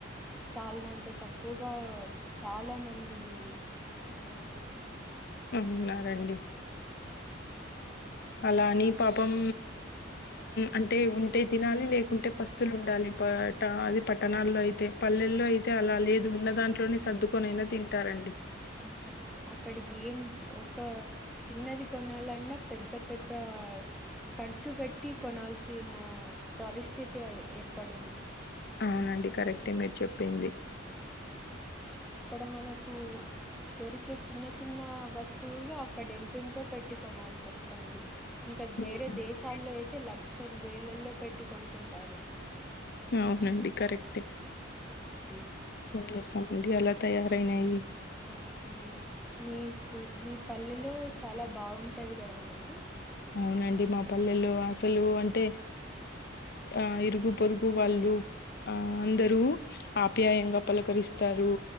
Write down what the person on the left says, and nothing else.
ఉన్నారండి అలానీ పాపం అంటే ఉంటే తినాలి లేకుంటే పస్ స్తులు ఉండాలి
పరట అది పట్టణాల్లో అయితే పల్లెల్లో అయితే అలా లేదు ఉన్న దాంట్లోనే సర్దుకొనైనా తింటారండి
అవునండి కరెక్టే మీరు చెప్పింది
అవును
అవునండి కరెక్టే
ఓకే స అండి అలా తయారైనాయి
అవునండి మా పల్లెల్లో అసలు అంటే ఆ ఇరుగు పొరుగు వాళ్ళు ఆ అందరూ ఆప్యాయంగా పలకరిస్తారు